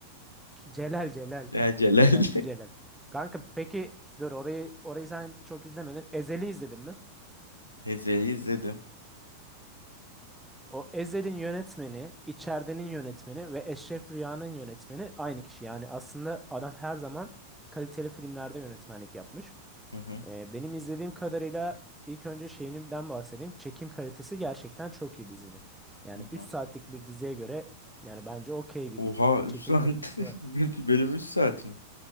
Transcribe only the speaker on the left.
Ya Celal.
<laughs> Ezel'i izledim.
Hı hı.
Hı
hı.
Oha
3
saat.
<laughs>
Bir bölüm 3 saat mi?